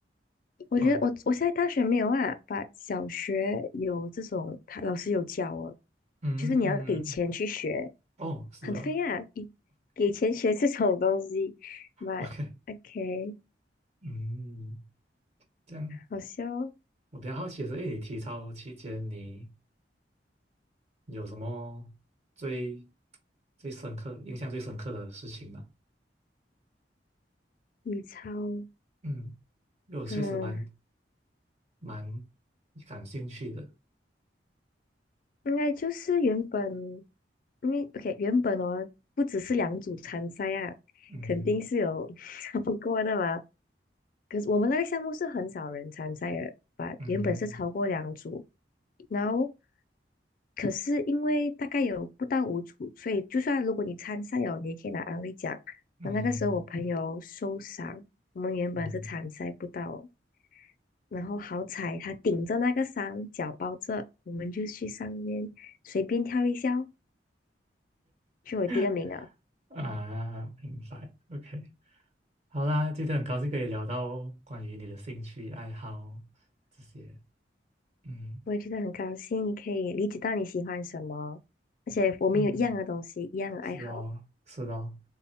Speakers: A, on the left; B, on the right.
A: 我觉得我我现在大学没有啊，
B: 哦，
A: 把小学有这种，他老师有教哦，
B: 嗯，
A: 就是你要给钱去学，
B: 哦，是啊
A: 很费啊，给给钱学这种东西。<laughs> But
B: <laughs>，OK，
A: OK，
B: 嗯，这样
A: 好笑哦，
B: 我比较好奇的是，诶，你体操期间你有什么最最深刻、印象最深刻的事情吗？
A: 你超，
B: 嗯，因为我确实蛮
A: 嗯。
B: 蛮感兴趣的。
A: 应该就是原本，因为 OK 原本哦，不只是两组参赛啊，
B: 嗯
A: 肯定是有 <laughs> 超过的嘛。可是我们那个项目是很少人参赛的把原本是超过两组，
B: 嗯
A: 然后可是因为大概有不到五组，所以就算如果你参赛哦，你也可以拿安慰奖。
B: 嗯
A: 那那个时候我朋友受伤，我们原本是参赛不到，
B: 嗯
A: 然后好彩他顶着那个山，脚包着，我们就去上面随便跳一下哦就有第二名啊！
B: 嗯 <laughs> 啊，明白。OK，好啦，今天很高兴可以聊到关于你的兴趣爱好这些。嗯
A: 我也觉得很高兴，你可以理解到你喜欢什么，而且我们有一样的东西，
B: 嗯，
A: 一样的爱好。
B: 是哦是哦，